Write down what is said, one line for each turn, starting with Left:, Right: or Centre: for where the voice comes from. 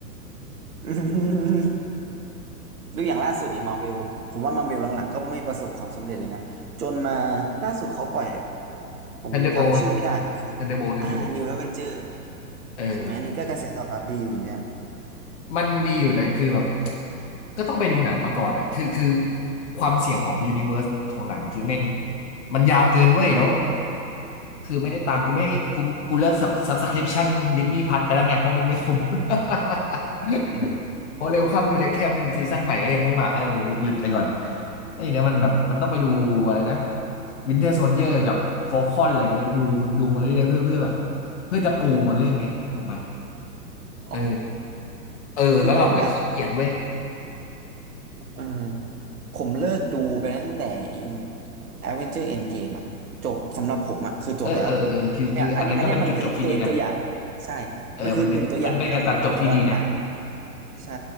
Right: <laughs> ดูอย่างล่าสุดดิมาเบลผมว่ามาเบลหลังๆก็ไม่ประสบความสำเร็จเลยนะจนมาล่าสุดเขาปล่อย
Left: <laughs>
Right: ผมจำชื่อไม่ได้มันคืออ่า
Left: ทันเดอร์โบ t ทันเดอร์โบ t ทันเดอร์โบล
Right: New Avenger
Left: เออ
Right: ใช่ไหมอันนี้ก็กระแสตอบรับดีอยู่เหมือนกัน
Left: มันดีอยู่แต่คือแบบก็ต้องไปดูหนังมาก่อนอ่ะคือคือความเสี่ยงของยูนิเวอร์สของหนังคือแม่งมันยาวเกินเว้ยแล้วคือไม่ได้ตามกูไม่กูกูเลิกซับสคริปชั่นดิสนีย์พัทไปแล้วไงเพราะมันไม่คุ้ม <laughs>
Right: อืม
Left: โอเร็วคัมทูเดอะแคมซีซั่นใหม่ก็ยังไม่มาก็เลยหยุดไปก่อนไอ้เนี่ยมันแบบมันต้องไปดูอะไรนะวินเทอร์โซ i เยอร์กับฟ a ลคอนอะไรอย่างเงี้ยดูดูมาเรื่อยๆเพื่อเพื่อแบบเพื่อจะปูมาเรื่องเนี้ยถูกไหมเออ
Right: อ๋อ
Left: เออแล้วเราก็ขี้เกียจเว้ย
Right: คือผมอะเออผมเลิกดูไปตั้งแต่ In Avenger Endgame อะจบสำหรับผมอะคือจบแล้ว
Left: เออเออเออคือคืออันนั้นก็เป็นจุดจบที่ดีนะ
Right: เนี่ยอันนี้อันเนี้ยมันคือตัวตัวอย่างใช่มันคือตึงตัวอย่างที่เราคุยกันเลยว่าหนัง
Left: เออมันเป็นมันเป็นการตัดจบที่ดีนะ
Right: ใช่